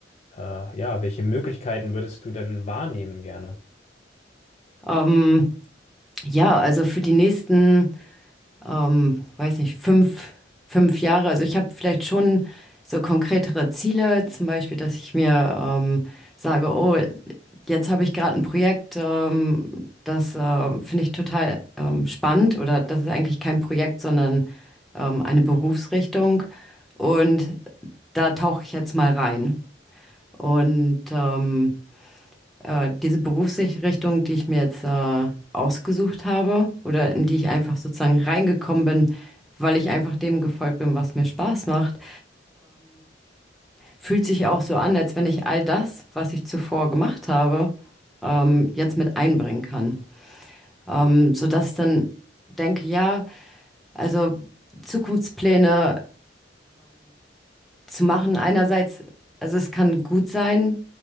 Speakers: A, on the left; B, in the centre.
A: Äh, ja, welche Möglichkeiten würdest du denn wahrnehmen gerne?
B: Ähm, Ja, also für die nächsten, ähm, weiß nicht, fünf, fünf Jahre. Also ich habe vielleicht schon so konkretere Ziele, zum Beispiel, dass ich mir ähm, sage, oh, jetzt habe ich gerade ein Projekt, ähm, das äh, finde ich total ähm, spannend oder das ist eigentlich kein Projekt, sondern ähm, eine Berufsrichtung und da tauche ich jetzt mal rein. Und ähm, äh, diese Berufsrichtung, die ich mir jetzt äh, ausgesucht habe oder in die ich einfach sozusagen reingekommen bin, weil ich einfach dem gefolgt bin, was mir Spaß macht, fühlt sich auch so an, als wenn ich all das, was ich zuvor gemacht habe, ähm, jetzt mit einbringen kann. Ähm, sodass dann denke, ja, also Zukunftspläne zu machen, einerseits, also es kann gut sein